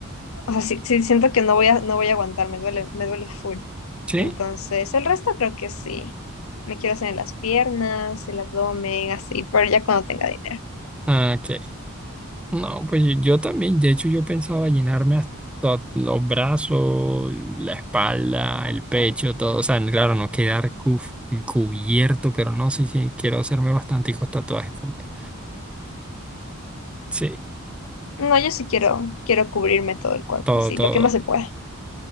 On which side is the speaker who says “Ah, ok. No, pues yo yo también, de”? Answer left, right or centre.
Centre